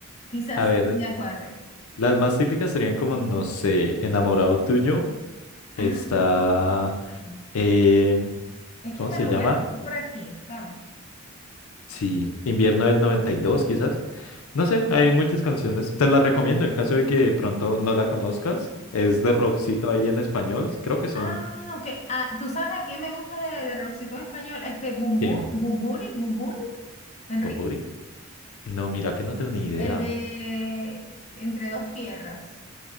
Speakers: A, on the left; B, on the left.
A: quizás
B: A ver,
A: me acuerde.
B: las más típicas serían como, no sé, Enamorado Tuyo, está,
A: Ah, sí.
B: eh,
A: es que
B: ¿cómo
A: hasta
B: se
A: lo
B: llama?
A: voy a anotar por aquí, ¿sabes?
B: Sí, Invierno del 92 quizás. No sé, hay muchas canciones. Te las recomiendo en caso de que de pronto no la conozcas. Es de rockcito ahí en español. Creo que son...
A: Ah, ok. Ah, ¿tú sabes a quién me gusta de, de Roxito en español? Este Bumburi,
B: ¿Quién?
A: Bumburi, Bumburi, Enrique,
B: ¿Bunbury? No, mira que no tengo ni idea.
A: el de Entre dos tierras.